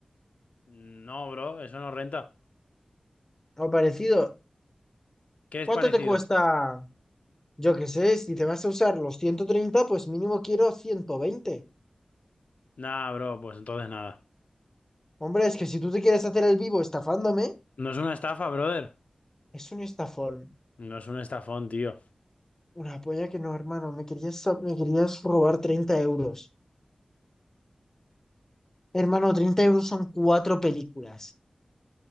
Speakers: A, on the left; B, on the left.
A: No, bro, eso no renta.
B: O parecido.
A: ¿Qué
B: ¿Cuánto
A: es parecido?
B: te cuesta? Yo qué sé, si te vas a usar los 130 pues mínimo quiero ciento veinte
A: Nah, bro, pues entonces nada.
B: Hombre, es que si tú te quieres hacer el vivo estafándome,
A: No es una estafa, brother.
B: es un estafón.
A: No es un estafón, tío.
B: Una polla que no, hermano. Me querías, me querías robar 30 euros. Hermano, 30 euros son cuatro películas.